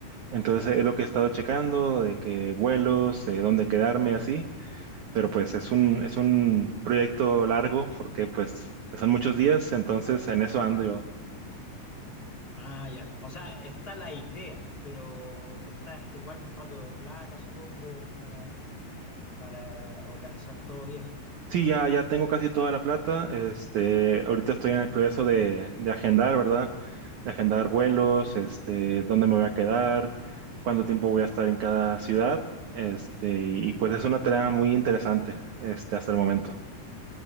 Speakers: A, on the right (about 65°); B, on the left (about 35°).
A: Entonces es lo que he estado checando, de que vuelos, eh, dónde quedarme, así pero pues es un, es un proyecto largo porque pues son muchos días, entonces en eso ando yo.
B: Ah, ya. O sea, está la idea, pero estás igual juntando plata, supongo, para, para organizar todo bien.
A: Sí, ya, ya tengo casi toda la plata, este, ahorita estoy en el proceso de, de agendar, ¿verdad? De agendar vuelos, este, dónde me voy a quedar, cuánto tiempo voy a estar en cada ciudad, este, y pues es una tarea muy interesante, este, hasta el momento.